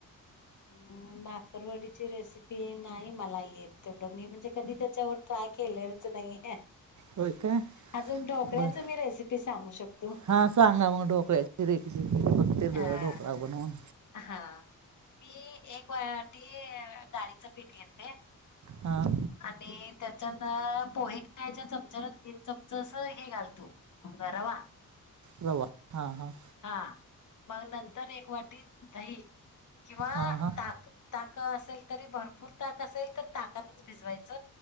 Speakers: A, on the left (about 60°); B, on the right (about 60°).
A: अ् बाकरवाडीची रेसिपी नाही.. मला येत तेवढं मी म्हणजे कधी त्याच्यावर काय केलेच नाही
B: हो ते...
A: अजून ढोकळ्याच
B: बर
A: मी रेसिपी सांगू शकतो
B: हा सांगा मग डोकळ्याचीिरे बघते. पेडो
A: ह
B: बनून...
A: हा मी एक वाटी डाळीचं पीठ घेते...
B: हा..
A: आणि त्याच्यात पोहे कायच्या चमचाला तीन चमच अस हे घालतो ब रावा.
B: रवा हा हा...
A: हा मग नंतर एक वाटी दही... किंवा
B: हां हां
A: ताक ताक असेल तरी भरपूर ताक असेल... ताकातच भिजवायच